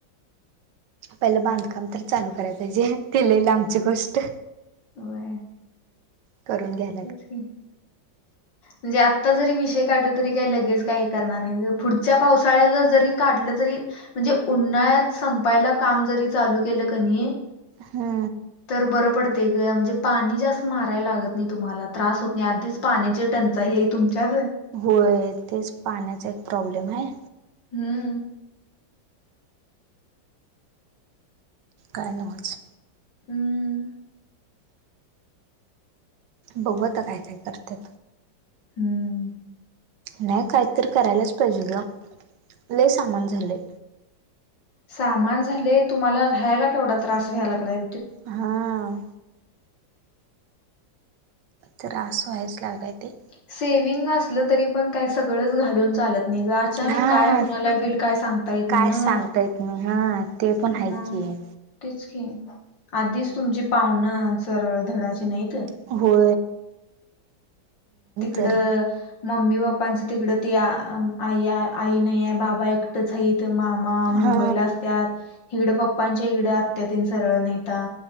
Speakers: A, on the right (about 70°); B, on the left (about 70°).
A: पहिलं बांधकाम तर चालू कराय पाहिजे तेल लांबची गोष्ट
B: होय
A: करून घ्या
B: इचकी <inaudible> म्हणजे आत्ता जरी विषय काढला. तरी काही लगेच काय करणार नाही. पुढच्या पावसाळ्याला जरी काढलं तरी म्हणजे उन्हाळ्यात संपायला काम जरी चालू केलं कनी
A: हा
B: तर बरं पडते ग म्हणजे पाणी जास्त मारायला लागत. नाही तुम्हाला त्रास होत नाही. आधीच पाण्याची टंचाई आहे तुमच्याच
A: होय तेच पाण्याचा एक प्रॉब्लेम आहे.
B: हम्म
A: कायनाच
B: हम्म
A: बघत काय काय करते.
B: हम्म
A: नाही काहीतरी करायलाच पाहिजे ग ल सामान झाले.
B: सामान झाले तुम्हाला राहायला केवढा त्रास व्याय लागलाय
A: हा त्रास व्हायच लागलाय. ते
B: सेव्हंग असलं तरी पण काय सगळंच घालून चालत. नि ग अचानक
A: हा
B: काय कोणाला गल काय सांगता येत
A: काय
B: नाही. ना
A: सांगता
B: मग
A: येत हा ते पण ऐकी
B: मग
A: आहे.
B: तेच की आधीच तुमची पाहणं सरळ धडाची नाहीत.
A: हो
B: तिकडं
A: तर
B: मम्मी पप्पांचं तिकडं ती आई आई नाही. आहे बाबा एकटाच आहेत मामा मुंबईला
A: हा
B: असतात इकडे पप्पांच्या इकडे आत्यातन सरळ नता